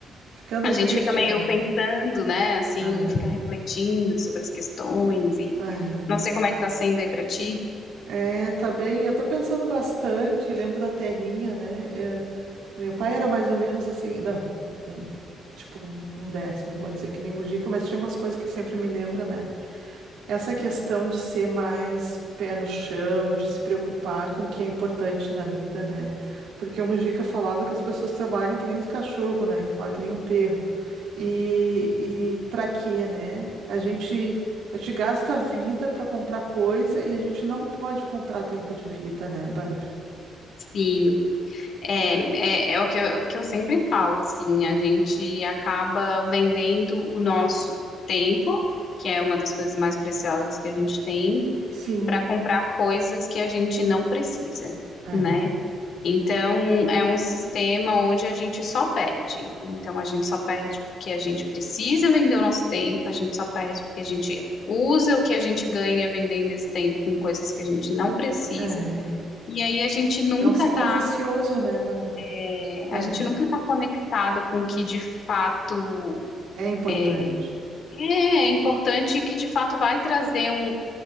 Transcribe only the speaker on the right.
ficando
triste,
né?
Ah,
ah.
É, tá bem. Eu tô pensando bastante, lembro da terrinha, né? O meu pai era mais ou menos assim, não, hum, tipo um, um décimo, vou dizer que nem Mujica, mas tinha umas coisas que sempre me lembra, né? Essa questão de ser mais pé no chão, de se preocupar com o que é importante na vida, né? Porque o Mujica falava que as pessoas trabalham que nem os cachorros, né? Ele fala que nem um perro. E, e para quê, né? A gente, a gente gasta a vida para comprar coisa e a gente não pode comprar tempo de vida, né, Bárbara?
Sim,
é,
é.
É um ciclo
vicioso, né, Bárbara?
É,
é importante.